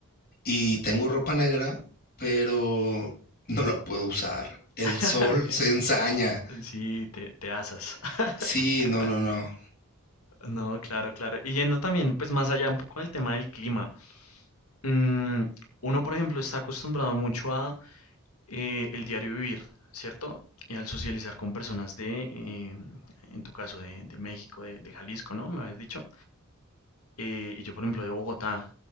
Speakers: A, on the left; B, on the left.
A: y tengo ropa negra, pero no la puedo usar. El
B: <laughs>
A: sol
B: Men,
A: se ensaña.
B: sí, te, te asas. <laughs>
A: Sí, no, no, no.
B: No, claro, claro. Y yendo también, pues más allá un poco del tema del clima, Mm, uno, por ejemplo, está acostumbrado mucho a eh, el diario vivir, ¿cierto? Y al socializar con personas de, eh, en tu caso, de, de México, de, de Jalisco, ¿no? Me habías dicho. Eh, y yo, por ejemplo, de Bogotá.